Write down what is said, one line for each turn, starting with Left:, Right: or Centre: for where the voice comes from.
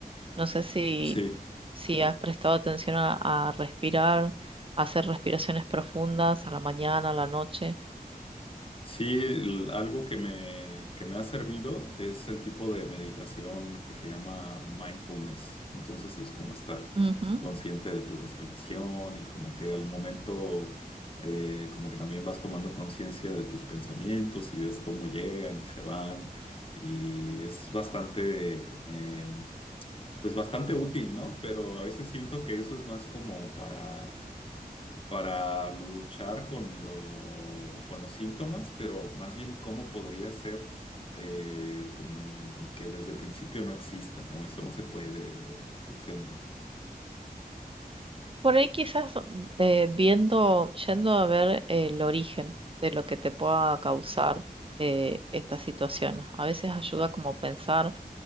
Right: No sé si,
Left: Sí.
Right: si has prestado atención a, a respirar, a hacer respiraciones profundas a la mañana, a la noche.
Left: Sí, el- algo que me, que me ha servido es el tipo de meditación que se llama mindfulness. Entonces es como estar
Right: Ujú.
Left: consciente de tu respiración y como que al momento, eh, como que también vas tomando conciencia de tus pensamientos y ves cómo llegan y se van. Y es bastante, em, pues bastante útil, ¿no? Pero a veces siento que eso es más como para para luchar con lo, con los síntomas, pero más bien cómo podría ser eh, como que desde el principio no exista, ¿no? Eso no se puede, o, o qué onda.
Right: Por ahí quizás eh, viendo, yendo a ver el origen de lo que te pueda causar eh, estas situaciones. A veces ayuda como pensar